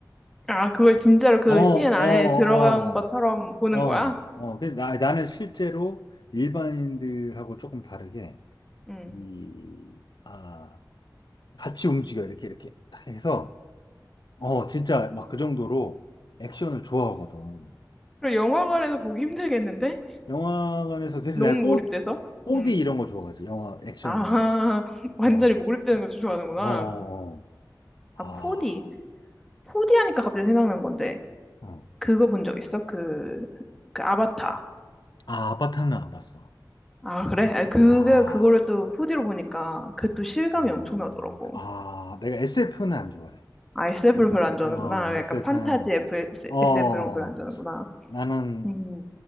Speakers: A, in the centre; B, on the left (about 70°).
A: 아, 그걸 진짜로 그
B: 어,
A: CN 안에
B: 어,
A: 들어간
B: 어,
A: 것처럼 보는
B: 어,
A: 거야?
B: 어. 그래서 나 나는 실제로 일반인들하고 조금 다르게
A: 응.
B: 이 아 같이 움직여 이렇게 이렇게 딱 해서. 어, 진짜 막 그 정도로 액션을 좋아하거든.
A: 그럼 영화관에서 보기 힘들겠는데?
B: 영화관에서, 그래서
A: 너무
B: 내가 4,
A: 몰입돼서?
B: 4디
A: 음.
B: 이런 거 좋아하지. 영화, 액션
A: 아, <laughs>
B: 이런
A: 완전히
B: 거. 어,
A: 몰입되는 걸 좋아하는구나.
B: 어, 어. 아,
A: 아, 4D. 4D 하니까 갑자기 생각난 건데,
B: 어.
A: 그거 본 적 있어? 그, 그 아바타.
B: 아, 아바타는 안 봤어.
A: 아, 그래? 아, 그게,
B: 아,
A: 그거를 또 4D로 보니까, 그 또 실감이
B: 어,
A: 엄청나더라고.
B: 그, 아, 내가 SF는 안 좋아해.
A: 아, SF를 별로 안 좋아하는구나.
B: 어, SF는,
A: 약간 판타지 FS,
B: 어,
A: SF 이런 거 별로 안 좋아하는구나.
B: 나는
A: 음,